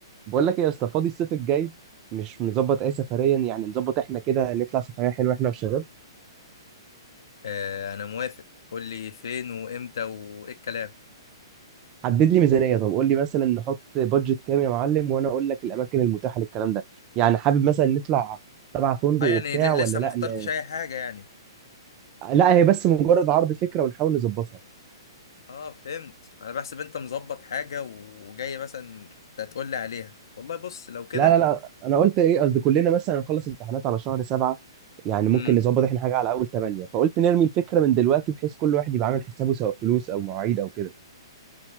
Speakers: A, on the right (about 30°); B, on the left (about 60°).
A: بقول لك ايه يا اسطى فاضي الصيف الجاي مش مظبط اي سفريا يعني نظبط احنا كده نطلع سفريه حلوه احنا والشباب
B: آه انا موافق قول لي فين وامتى وايه الكلام
A: حدد لي ميزانيه طب قول لي مثلا نحط بادجت كام يا معلم وانا اقول لك الاماكن المتاحه للكلام ده يعني حابب مثلا نطلع تبع فندق
B: اه يعني
A: وبتاع
B: ل-
A: ولا
B: لسه
A: لا
B: ما اخترتش
A: ن...
B: اي حاجه يعني
A: لا هي بس مجرد عرض فكره ونحاول نظبطها
B: اه فهمت انا بحسب انت مظبط حاجه وجاي مثلا كنت هتقول لي عليها والله بص لو كده
A: لا لا لا انا قلت ايه قصدي كلنا مثلا نخلص امتحانات على شهر سبعة يعني ممكن
B: امم
A: نظبط احنا حاجه على اول ثمانية فقلت نرمي الفكره من دلوقتي بحيث كل واحد يبقى عامل حسابه سواء فلوس او مواعيد او كده